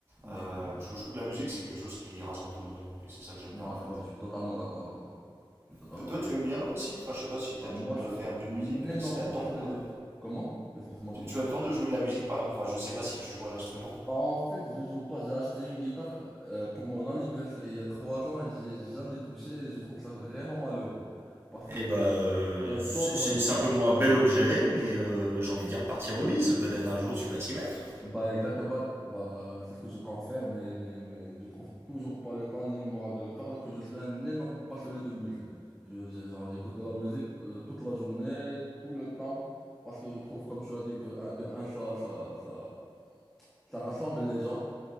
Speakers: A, on the right (about 30°); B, in the centre.
A: Euh,
B: d'accord.
A: je, je trouve que la musique, c'est quelque chose qui rassemble tout le monde. Et c'est ça que j'aime
B: Ouais,
A: bien en fait.
B: ouais, je suis totalement d'accord avec toi. Je suis totalement
A: Toi, toi,
B: d'accord.
A: tu aimes bien aussi? Enfin, je sais pas si t'as
B: Bah,
A: déjà
B: moi, je suis
A: fait
B: un
A: un peu de musique,
B: énorme
A: euh, si t'as le
B: passionné
A: temps.
B: de...
A: euh.
B: Comment? Excuse-moi
A: Tu,
B: de t'interrompre.
A: tu as le temps de jouer de la musique, par exemple Enfin, je sais pas si tu joues un instrument.
B: Bah, en fait, je joue pas. J'ai acheté une guitare euh, pour mon anniversaire il y a trois ans et j'y ai jamais touché et je trouve ça vraiment malheureux. Parce que
A: Eh ben, euh,
B: j'adore
A: c'est c'est
B: la guitare.
A: simplement un bel objet, mais euh, j'ai envie de dire partie remise. Peut-être un jour tu vas t'y mettre.
B: Bah exactement, bah, bah, c'est ce que je compte faire, mais, mais, mais je trouve toujours pas le temps ni le moral de le faire, alors que je suis un énorme passionné de musique. Je, je- genre, j'écoute de la musique euh, toute la journée, tout le temps, parce que je trouve, comme tu as dit, que euh, de un, ça, ça, ça, ça rassemble les gens.